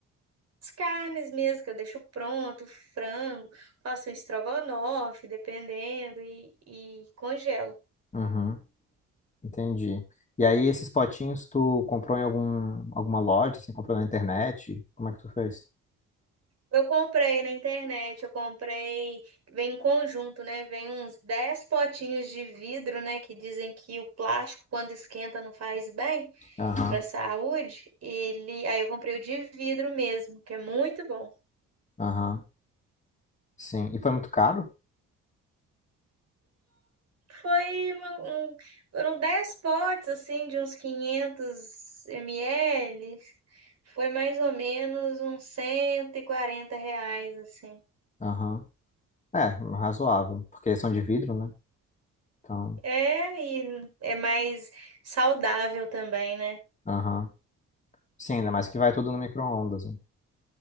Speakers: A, on the right; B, on the left.
A: as carnes mesmo que eu deixo pronto, frango, faço um estrogonofe, dependendo, e, e congelo.
B: uhum. Entendi. E aí, esses potinhos tu comprou em algum, alguma loja, assim, comprou na internet? Como é que tu fez?
A: Eu comprei na internet, eu comprei, vem em conjunto, né? Vem uns 10 potinhos de vidro, né? Que dizem que o plástico, quando esquenta, não faz bem.
B: Aham,
A: para saúde, ele, aí eu comprei o de vidro mesmo, que é muito bom.
B: aham, sim. E foi muito caro?
A: Foi uma- um, foram 10 potes assim de uns quinhentos ml. Foi mais ou menos uns 140 reais assim.
B: Aham. É, razoável, porque são de vidro, né? Então,
A: É, e é mais saudável também, né?
B: aham. Sim, ainda mais que vai tudo no micro-ondas, né?